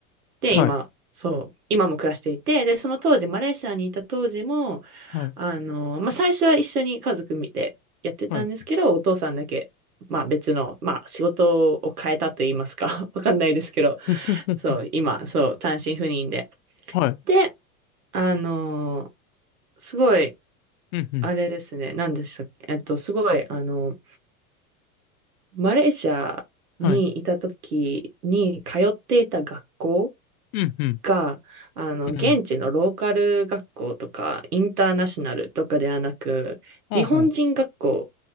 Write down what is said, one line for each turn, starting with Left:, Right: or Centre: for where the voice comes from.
Right: で今、
Left: はい。
Right: そう、今も暮らしていて、で、その当時、マレーシアにいた当時も、
Left: はい。
Right: あの、まあ、最初は一緒に家族見てやってたんですけど、
Left: はい。
Right: お父さんだけ、まあ、別の、まあ、仕事を変えたと言いますか、<laughs> わかんないですけど、
Left: <laughs> ふふふ
Right: そう、今、そう、単身赴任で。
Left: はい。
Right: で、あの、すごい、
Left: うん、うん。
Right: あれですね、何でしたっけ、えっと、すごい、あの、マレーシアにいた時に通っていた学校
Left: はい。うん、うん。
Right: が、あの、現地のローカル学校とか、
Left: うん。
Right: インターナショナルとかではなく、
Left: あほん。
Right: 日本人学校